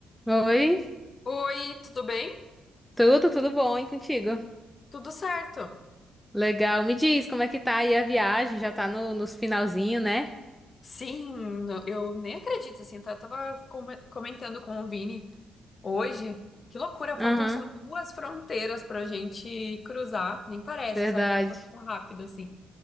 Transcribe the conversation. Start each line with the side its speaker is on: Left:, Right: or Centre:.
Centre: Oi,
Left: Oi, tudo bem?
Centre: tudo, tudo bom, hein, contigo?
Left: Tudo certo?
Centre: Legal, me diz como é que tá aí a viagem, já tá no, nos finalzinho, né?
Left: Sim, no- eu nem acredito, assim, tá- tava com- comentando com o Vini hoje. Que loucura, faltam
Centre: Aham,
Left: só duas fronteiras pra gente cruzar. Nem parece,
Centre: verdade.
Left: sabe? Passou tão rápido assim.